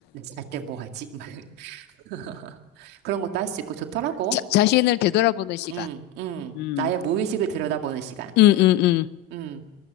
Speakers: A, on the right; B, on the left.
A: 잘때 뭐 하지? 막 <laughs> 그런 것도 할 수 있고 좋더라고.
B: 자, 자신을 되돌아보는 시간.
A: 음, 음.
B: 음,
A: 나의 무의식을 들여다보는 시간.
B: 음, 음, 음.
A: 응.